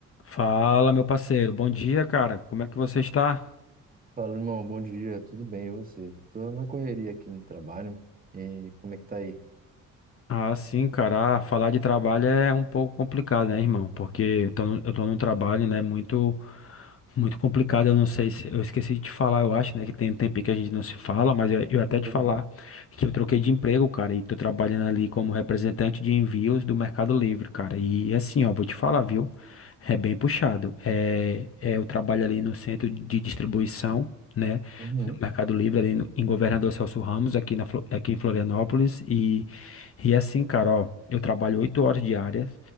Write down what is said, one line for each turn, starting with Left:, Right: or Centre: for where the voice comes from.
Left: Fala, meu parceiro. Bom dia, cara. Como é que você está?
Right: Fala, irmão, bom dia, tudo bem, e você? Tô na correria aqui no trabalho, e como é que tá aí?
Left: Ah, sim, cara. Ah, falar de trabalho é um pouco complicado, né, irmão? Porque eu tô, num- eu tô num trabalho, né, muito, muito complicado. Eu não sei se. Eu esqueci de te falar, eu acho, né, que tem um tempinho que a gente não se fala, mas eu, eu até
Right: É
Left: te
Right: verdade.
Left: falar que eu troquei de emprego, cara, e tô trabalhando ali como representante de envios do Mercado Livre, cara. E assim, ó, vou te falar, viu? É bem puxado. É, é, eu trabalho ali no centro de distribuição. né?
Right: Uhum.
Left: no Mercado Livre, ali no- em Governador Celso Ramos, aqui, na, Flo- aqui em Florianópolis. E é assim, cara, ó, eu trabalho oito horas diárias